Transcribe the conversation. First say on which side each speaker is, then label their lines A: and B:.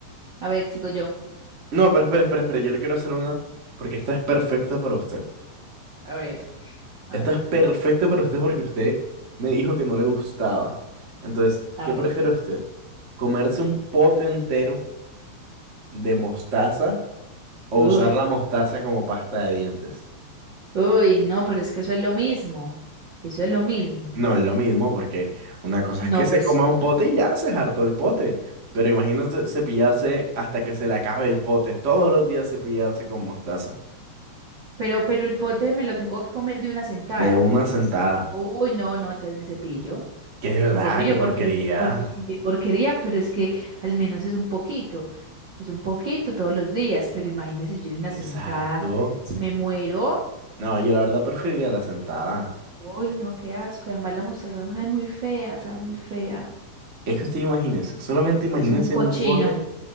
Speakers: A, on the right; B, on the right.
A: a ver, sigo yo,
B: no, pero espera, espera, espera, yo le quiero hacer una, porque esta es perfecta para usted.
A: a ver, a
B: Esta
A: ver.
B: es perfecta para usted porque usted me dijo que no le gustaba. Entonces,
A: A
B: ¿qué
A: ver.
B: prefiere usted? ¿Comerse un pote entero de mostaza? O usar
A: Uf.
B: la mostaza como pasta de dientes.
A: Uy, no, pero es que eso es lo mismo. Eso es lo mismo.
B: No es lo mismo, porque una cosa
A: No,
B: es que se
A: pues,
B: coma un pote y ya se hartó el pote. Pero imagínate cepillarse hasta que se le acabe el pote. Todos los días cepillarse con mostaza.
A: pero, pero el pote me lo tengo que comer de una sentada.
B: De una sentada.
A: Sí. Uy, no, no, entonces me cepillo.
B: Que de verdad,
A: Me cepillo
B: qué porquería.
A: porque, el- porque qué porquería, pero es que al menos es un poquito. Es un poquito todos los días, pero imagínese si yo de una sentada,
B: Exacto.
A: si me muero.
B: No, yo la verdad preferiría la sentada.
A: Uy, no, qué asco. y Además la mostaza sabe muy fea, sabe muy fea.
B: Es que usted imagínese, solamente imagínese
A: Usted es un cochino,
B: un pote.